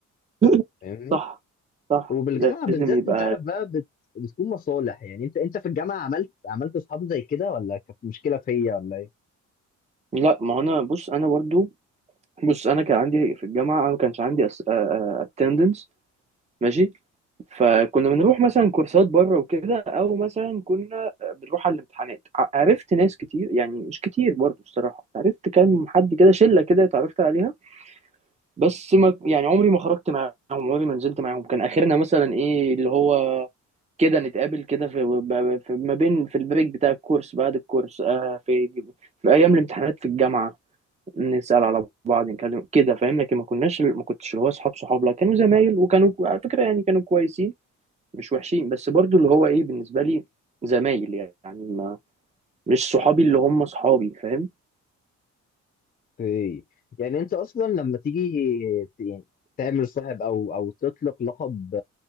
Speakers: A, on the right; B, on the left.
A: <laughs>
B: فاهمني؟
A: صح صح
B: وبالجامعة
A: لازم
B: بالذات
A: يبقى
B: انت عارف بقى بت... بتكون مصالح يعني انت انت في الجامعة عملت عملت اصحاب زي كده ولا كانت مشكلة فيا ولا ايه؟
A: لا ما هو انا بص انا برضو بص انا كان عندي في الجامعة انا ما كانش عندي attendance ماشي فكنا بنروح مثلا كورسات بره وكده او مثلا كنا بنروح على الامتحانات ع- عرفت ناس كتير يعني مش كتير برضو الصراحه عرفت كام حد كده شله كده اتعرفت عليها بس ما يعني عمري ما خرجت معاهم عمري ما نزلت معاهم كان اخرنا مثلا ايه اللي هو كده نتقابل كده في, ب- في ما بين في البريك بتاع الكورس بعد الكورس آه في في ايام الامتحانات في الجامعه نسال على بعض نتكلم كده فاهم لكن ما كناش ما كنتش اللي هو اصحاب صحاب لا كانوا زمايل وكانوا على فكره يعني كانوا كويسين مش وحشين بس برضو اللي هو ايه بالنسبه لي زمايل يعني ما مش صحابي اللي هم صحابي فاهم
B: اوكي يعني انت اصلا لما تيجي ت- يعني تعمل صاحب او او تطلق لقب